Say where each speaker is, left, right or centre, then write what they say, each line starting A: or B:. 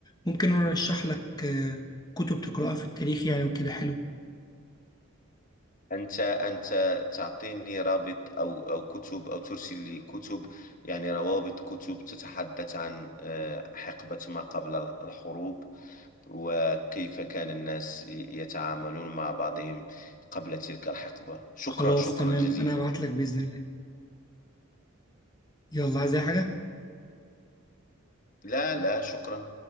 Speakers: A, on the left; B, on the left.
A: ممكن انا ارشح لك آه، كتب تقراها في التاريخ يعني وكده حلو
B: أنت أنت تعطيني رابط أو أو كتب أو ترسل لي كتب يعني روابط كتب تتحدث عن آه، حقبة ما قبل الحروب وكيف كان الناس يتعاملون مع بعضهم قبل تلك الحقبة شكرا
A: خلاص
B: شكرا
A: تمام
B: جزيلا
A: انا هبعت لك بإذن الله يلا عايز اي حاجة
B: لا لا شكرا